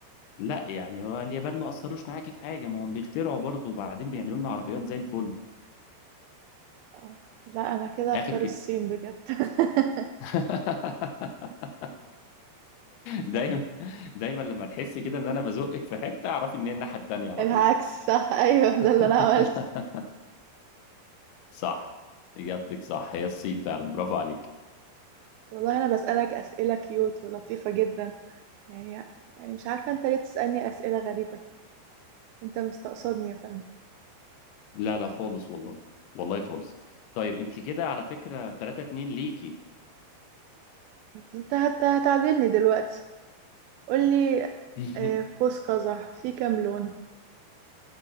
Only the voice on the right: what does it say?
آه لا انا كده
هختار الصين بجد <laughs>
العكس
صح ايوه
ده اللي انا عملته
والله انا بسألك اسئلة كيوت ولطيفة جدا يعني يعني مش عارفة انت ليه تسألني اسئلة غريبة كده انت مستقصدني يا فندم
انت هت- هتعدلني دلوقتي قولي
آه، قوس قزح فيه كام لون